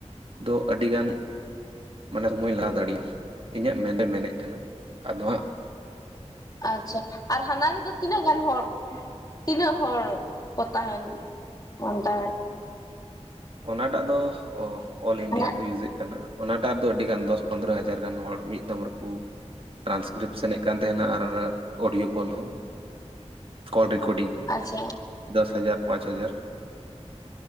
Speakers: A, on the right; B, on the left.
A: ᱫᱚ ᱟᱹᱰᱤ ᱜᱟᱱᱼᱼ ᱢᱟᱱᱮ ᱵᱟᱹᱧ ᱞᱟᱦᱟᱣ ᱫᱟᱲᱮᱭᱟᱜᱼᱟ, ᱤᱧᱟᱹᱜ ᱢᱮᱱᱨᱮ ᱢᱮᱱᱮᱫ ᱠᱟᱱᱟ ᱾ ᱟᱫᱚ ᱦᱟᱸᱜᱼᱼ
B: ᱟᱪᱪᱷᱟ, ᱟᱨ ᱦᱟᱱᱟ ᱨᱮᱫᱚᱼᱼ ᱛᱤᱱᱟᱹᱜ ᱜᱟᱱ ᱦᱚᱲ ᱛᱤᱱᱟᱹᱜ ᱦᱚᱲ ᱠᱚ ᱛᱟᱦᱮᱱ ᱠᱟᱱ ᱛᱟᱦᱮᱫ ᱾
A: ᱚᱱᱟᱴᱟᱜ ᱫᱚ ᱚᱞ ᱤᱱᱰᱤᱭᱟ
B: ᱢᱟᱱᱮ
A: ᱠᱚ ᱤᱭᱩᱡ ᱮᱫ ᱾ ᱠᱟᱱᱟ, ᱚᱱᱟᱴᱟᱜ ᱨᱮᱫᱚ ᱟᱹᱰᱤ ᱜᱟᱱ ᱫᱚᱥ ᱯᱚᱱᱫᱽᱨᱚ ᱦᱟᱡᱟᱨ ᱜᱟᱱ ᱦᱚᱲ, ᱢᱤᱫ ᱫᱚᱢ ᱨᱮᱠᱚᱼᱼ ᱴᱨᱟᱱᱥᱠᱨᱤᱯᱥᱮᱱ ᱠᱟᱱ ᱛᱟᱦᱮᱱᱟ, ᱟᱨ ᱚᱰᱤᱭᱳ ᱠᱚᱞ ᱦᱚᱸ ᱠᱚᱞ ᱨᱮᱠᱳᱰᱤᱝ ᱾
B: ᱟᱪᱪᱷᱟ ᱾
A: ᱫᱚᱥ ᱦᱟᱡᱟᱨ ᱯᱟᱸᱪ ᱦᱟᱡᱟᱨ ᱾